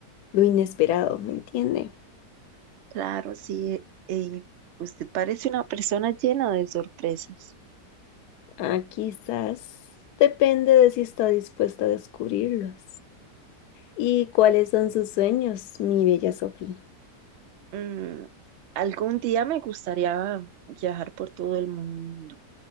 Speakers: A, on the left; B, on the right.
A: lo inesperado, ¿me entiende?
B: Claro, sí. eh, y usted parece una persona llena de sorpresas.
A: Ah, quizás depende de si está dispuesta a descubrirlos. ¿Y cuáles son sus sueños, mi bella Sofía?
B: Mm, algún día me gustaría viajar por todo el mundo.